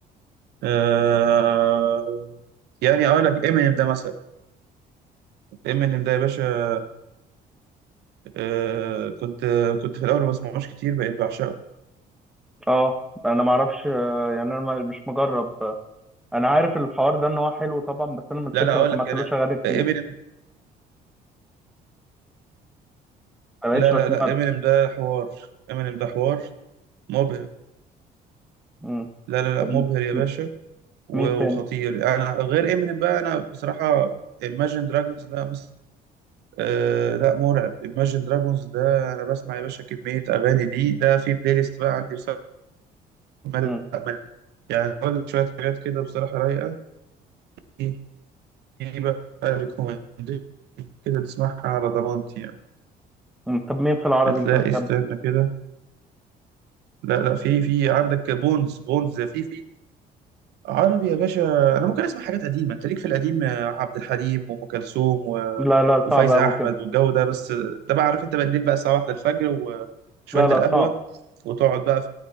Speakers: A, on the right; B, in the centre.
A: آه، يعني اقول لك امينيم ده مثلا امينيم ده يا باشا آه كنت كنت في الاول ما بسمعوش كتير بقيت بعشقه
B: اه انا ما اعرفش آه، يعني انا ما- مش مجرب آه، انا عارف الحوار ده ان هو حلو طبعا بس انا من الفكره
A: لا لا اقول
B: ما سمعتلوش
A: لك انا
B: اغاني كتير
A: امينيم
B: ما
A: لا
B: بقتش بسمع
A: لا لا
B: له
A: امينيم ده حوار امينيم ده حوار مبهر
B: مم.
A: لا لا لا
B: طب
A: مبهر
B: م-
A: يا
B: م-
A: باشا و-
B: مين
A: وخطير
B: تاني
A: انا غير امينيم بقى انا بصراحه Imagine Dragons ده مس... آه لا مرعب Imagine Dragons ده انا بسمع يا باشا كميه اغاني دي ده في بلاي ليست بقى عندي بصراحه ما-
B: مم.
A: يعني أقول لك شويه حاجات كده بصراحه رايقه دي بقى ريكومنديشن كده تسمعها على ضمانتي يعني
B: مم. طب مين في العربي
A: هتلاقي
B: انت بتحب
A: استنى كده لا لا في في عندك بونز بونز في في عربي يا باشا انا ممكن اسمع حاجات قديمه انت ليك في القديم آه، عبد الحليم وام كلثوم و...
B: لا لا
A: وفايزه
B: صعب قوي
A: احمد
B: كده
A: والجو ده بس ده بقى عارف انت بالليل بقى الساعه واحدة الفجر وشويه
B: لا لا
A: القهوه
B: صعب
A: وتقعد بقى في